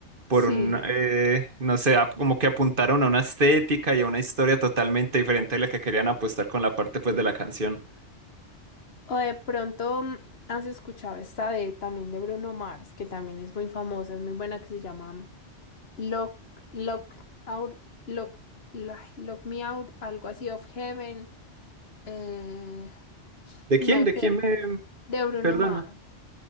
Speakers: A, on the right (about 50°); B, on the left (about 60°).
A: por
B: sí,
A: un, eh, no sé, ap- como que apuntaron a una estética y a una historia totalmente diferente de la que querían apostar con la parte pues de la canción.
B: o de pronto mm, has escuchado esta de también de Bruno Mars, que también es muy famosa, es muy buena, que se llama mm, Lock, Lock Out, Lock, Lo- Lock Me Out, algo así, of Heaven, eh,
A: ¿De
B: no
A: quién? ¿De quién
B: sé,
A: me...
B: de Bruno
A: Perdona.
B: Mars.